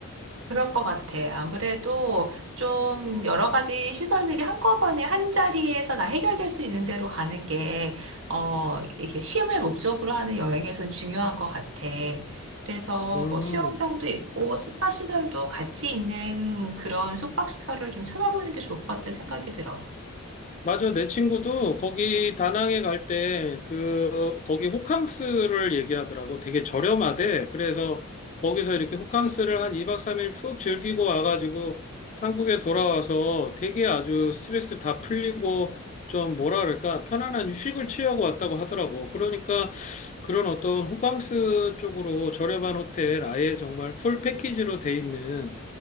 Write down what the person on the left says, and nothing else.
음.
맞아. 내 친구도 거기 다낭에 갈 때 그 거기 호캉스를 얘기하더라고. 되게 저렴하대. 그래서 거기서 이렇게 호캉스를 한 2박 3일 푹 즐기고 와가지고 한국에 돌아와서 되게 아주 스트레스 다 풀리고 좀 뭐라 그럴까? 편안한 휴식을 취하고 왔다고 하더라고. 그러니까 그런 어떤 호캉스 쪽으로 저렴한 호텔 아예 정말 풀 패키지로 돼 있는